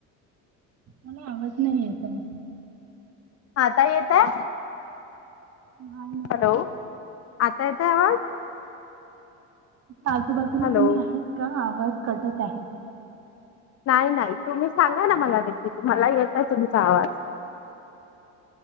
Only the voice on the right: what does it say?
मला आवाज नाही येत आहे.
नाही ना.
आजूबाजूला
कोणी आहेत का? आवाज कटत आहे.